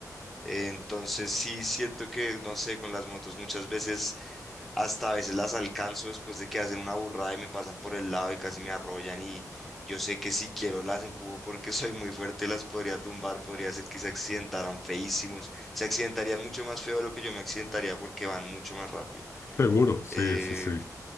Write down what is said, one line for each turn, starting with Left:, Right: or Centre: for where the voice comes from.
Centre: Entonces sí siento que, no sé, con las motos muchas veces, hasta a veces las alcanzo después de que hacen una burrada y me pasan por el lado y casi me arrollan y yo sé que si quiero las empujo porque <laughs> soy muy fuerte y las podría tumbar, podría hacer que se accidentaran feísimos, se accidentarían mucho más feo de lo que yo me accidentaría porque van mucho más rápido.
Left: Seguro, sí,
Centre: Eh,
Left: sí, sí.